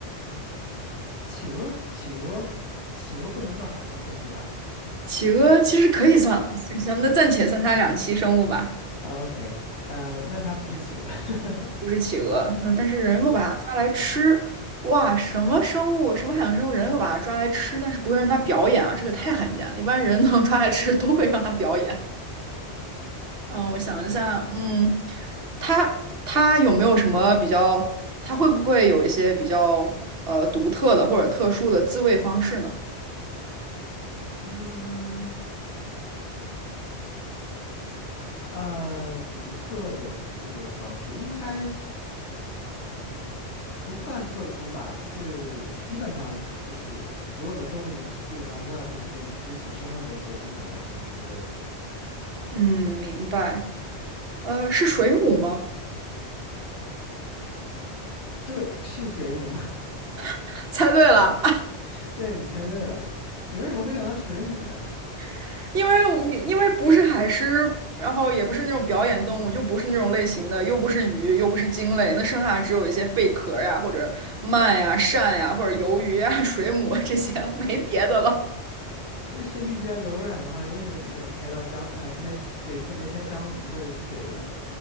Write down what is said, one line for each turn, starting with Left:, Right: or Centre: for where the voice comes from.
Left: 企鹅，企鹅，企鹅不能算海洋生物吧？
Right: 企鹅其实可以算，行行，那暂且算它两栖生物吧，
Left: 哦 OK，呃，那它不是企鹅，<laughs>
Right: 不是企鹅。然后但是人会把它抓来吃，
Left: 对，
Right: 哇，什么生物，什么海洋生物，人会把它抓来吃，但是不会让它表演啊，这个太罕见了。一般人能 <laughs> 抓来吃，都会让它表演。嗯，我想一下，嗯，它它有没有什么比较，它会不会有一些比较呃独特的或者特殊的自卫方式呢？
Left: 嗯，呃，独特的自卫方式应该不算特殊吧，就是基本上就是所有的动物基本上无外乎就是用肢体身上的一些部分来进行自卫。
Right: 嗯，明白。呃，是水母吗？
Left: 对，是水母，
Right: <laughs> 猜对了，
Left: <laughs> 对，你猜对了，你为什么会想到水母呢？
Right: <laughs> 因为我你因为不是海狮，然后也不是那种表演动物，就不是那种类型的，又不是鱼，又不是鲸类，那剩下只有一些贝壳呀，或者鳗呀、鳝呀，或者鱿鱼呀、<laughs> 水母啊这些，没别的了。
Left: 呃身体比较柔软的话，为什么你没有猜到章，呃，猜，对，猜没猜章鱼或者乌贼呢？